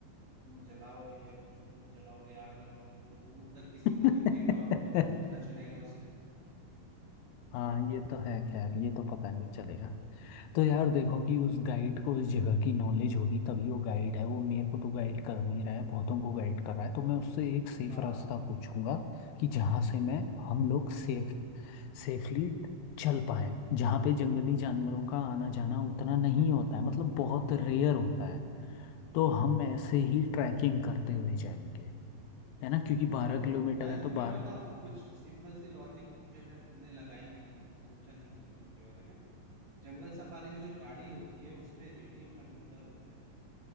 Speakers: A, on the right; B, on the left.
A: तुम जलाओगे या कुछ धूप जलाओगे आग लगाओगे तो वो दूर तक किसी
B: <laughs>
A: को दिखेगा और बहुत कुछ पता चलेगा उससे
B: हाँ ये तो है खैर ये तो पता नहीं चलेगा तो यार देखो कि उस गाइड को उस जगह की नॉलेज होगी तभी वो गाइड है वो मेरे को तो गाइड कर नहीं रहा है बहुतों को गाइड कर रहा है तो मैं उससे एक सेफ
A: हाँ
B: रास्ता पूछूंगा कि जहाँ से मैं हम लोग सेफ सेफली चल पाए जहाँ पे जंगली जानवरों का आना जाना उतना नहीं होता है मतलब बहुत रेयर होता है तो हम ऐसे ही ट्रैकिंग करते हुए जाएंगे है ना क्योंकि बारह
A: देखो
B: किलोमीटर
A: मैं
B: है तो
A: तुम्हें
B: बारह
A: बताऊं कुछ सिंपल सी लॉजिक जो है तुमने लगाई नहीं यहाँ सोचा नहीं चीजों के बारे में जंगल सफारी में जो गाड़ी होती है उसमें रेडियो कंट्रोलर होता है